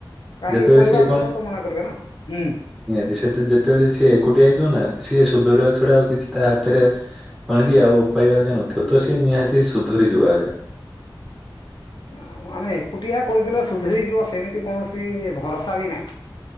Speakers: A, on the left (about 60°); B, in the centre.
A: କାହିଁକି
B: ଯେତେବେଳେ
A: ପରିବାର
B: ସିଏ
A: ଲୋକ ତ ମନା କରିବେନା । ହୁଁ ।
B: ଦି ସେତେ ଯେତେବେଳେ ସିଏ ଏକୁଟିଆ ହେଇଯିବ ନା ସିଏ ସୁଧୁରିବା ଛଡା ଆଉ କିଛି ତା ହାତରେ କଣ କି ଆଉ ପାଇବା କେ ନଥିବ ତ ସେ ନିହାତି ସୁଧରି ଯିବ ଆଜ୍ଞା।
A: ଆଉ ଆମେ ଏକୁଟିଆ କହିଦେଲେ ସୁଧରି ଯିବ ସେମିତି କୌଣସି ଭରସା ବି ନାଇଁ ।